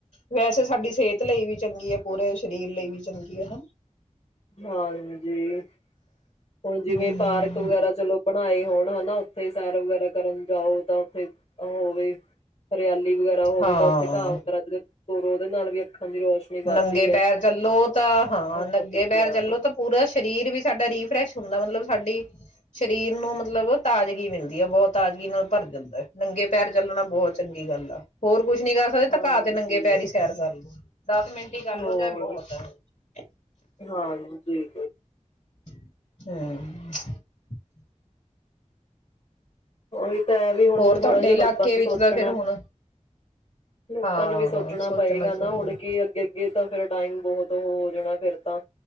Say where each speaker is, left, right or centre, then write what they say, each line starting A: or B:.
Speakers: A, on the left (about 85°); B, on the left (about 55°).
A: ਵੈਸੇ ਸਾਡੀ ਸੇਤ ਲਈ ਵੀ ਚੰਗੀ ਏ ਪੂਰੇ ਸਰੀਰ ਲਈ ਵੀ ਚੰਗੀ ਏ ਹੇਨਾ।
B: ਹਨ। ਜੀ ਹੁਨ ਜਿਵੇਂ
A: ਹਮ
B: ਪਾਰਕ ਵਗੈਰਾ ਚਲੋ ਬਣਾਏ ਹੋਣ। ਹੇਨਾ ਉੱਥੇ ਸੈਰ ਵਗੈਰਾ ਕਰਨ ਜਾਓ ਤਾਂ ਉੱਥੇ ਹੋਵੇ ਹਰਿਆਲੀ ਵਗੈਰਾ ਹੋਵੇ
A: ਹਾਂ
B: ਤਾਂ ਉੱਥੇ ਘਾਹ ਵਗਰਾ <unintelligible> ਹੋਰ ਉਹਦੇ ਨਾਲ ਵੀ ਦੀ ਰੋਸ਼ਨੀ ਵੱਧਦੀ
A: ਨੰਗੇ ਪੈਰ
B: ਹੈ।
A: ਚੱਲੋ ਤਾਂ ਹਾਂ
B: ਹੋਰ
A: ਨੰ ਗੇ
B: ਕਿਆ
A: ਪੈਰ ਚੱਲੋ ਤਾਂ ਪੂਰਾ ਸਰੀਰ ਵੀ ਸਾਡਾ ਰੀਫਰੈਸ਼ ਹੁੰਦਾ ਮਤਲਬ ਸਾਡੀ ਸਰੀਰ ਨੂੰ ਮਤਲਬ ਤਾਜ਼ਗੀ ਮਿਲਦੀ ਆ ਬੋਤ ਤਾਜ਼ਗੀ ਨਾਲ ਭਰ ਜਾਂਦਾ ਨੰਗੇ ਪੈਰ ਚੱਲਣਾ ਬੋਤ ਚੰਗੀ ਗੱਲ ਆ ਹੋਰ ਕੁਝ ਕੁਛ ਨੀ ਕਰ ਸਕਦੇ
B: ਹਾਂਜੀ
A: ਤਾ ਘਾ ਤੇ ਨੰਗੇ ਪੈਰ ਈ ਸੈਰ ਕਰ ਲੋ। ਦਸ ਮਿੰਟ ਈ ਕਰਲੋ
B: ਹੋਰ
A: ਚਾਏ ਬੋਤ ਏ।
B: ਹਾਂਜੀ
A: ਹੁੰ <unintelligible>
B: ਓਹੀ ਤੇ ਵੀ ਹੁਨ
A: ਹੋਰ
B: ਥੋੜਾ
A: ਤੁਹਾਡੇ
B: ਜਿਹਾ
A: ਇਲਾਕੇ
B: ਲੋਕਾਂ ਨੂੰ
A: ਵਿੱਚ
B: ਸੋਚਣਾ
A: ਤਾਂ ਫਿਰ ਹੁਣ
B: ਲੋਕਾਂ
A: ਹਾਂ
B: ਨੂੰ ਵੀ ਸੋਚਣਾ ਪਏਗਾ
A: ਚਾਹੀਦਾ
B: ਨਾ ਹੁਣ ਕੀ ਅੱਗੇ, ਅੱਗੇ ਤਾਂ ਫਿਰ ਟਾਈਮ ਬੋਹਤ ਹੋ ਜਾਣਾ ਫੇਰ ਤਾਂ